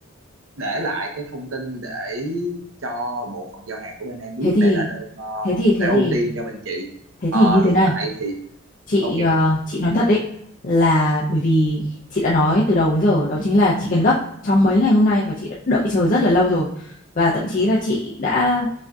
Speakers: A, on the right (about 70°); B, on the left (about 40°).
A: để lại cái thông tin để cho bộ phận giao hàng của bên em biết
B: thế thì
A: đây là đơn ờ,
B: thế thì
A: sẽ
B: thế
A: ưu
B: thì
A: tiên cho bên chị
B: thế thì
A: Ờ,
B: như thế
A: hiện
B: này
A: tại thì
B: chị
A: ok
B: ờ, chị nói thật đấy là bởi vì chị đã nói từ đầu đến giờ đó chính là chị cần gấp trong mấy ngày hôm nay và chị đã đợi chờ rất là lâu rồi và thậm chí là chị đã